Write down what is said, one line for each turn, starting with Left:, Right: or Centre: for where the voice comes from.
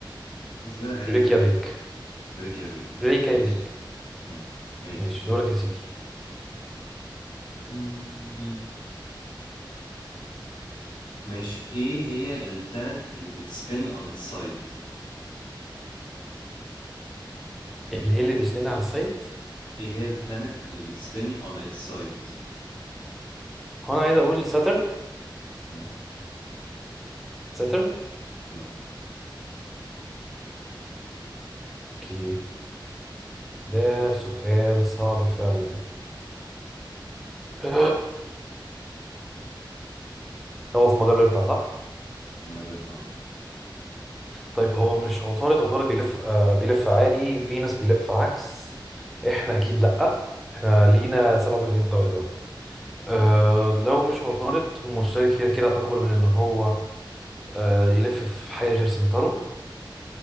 Left: تنطق غريبة
Centre: ريكيافيك
Left: ريكيافيك
Centre: ريكيافيك
Left: ماشي آه، ماشي
Centre: ماشي
Left: خلاص
Centre: دورك يا سيدي
Left: مم، ماشي ايه هي البلانت اللي بتسبين on its side
Centre: اللي إيه اللي بيسمينا على الصيد
Left: ايه هي البلانت اللي بتسبين on its side
Centre: هو أنا عايز أقول ساترن
Left: مم،
Centre: ساترن
Left: لا
Centre: أوكي ده سؤال صعب فعلا <sighs> هو في مجرتنا صح؟
Left: مجرد نار
Centre: طيب هو مش عطارد عطارد بيلف آه بيلف عادي فينوس بيلف عكس احنا اكيد لأ احنا لينا 37 درجة
Left: مم،
Centre: آه لو مش عطارد المشتري كده كده اكبر من ان هو آه يلف في حاجة غير سنتره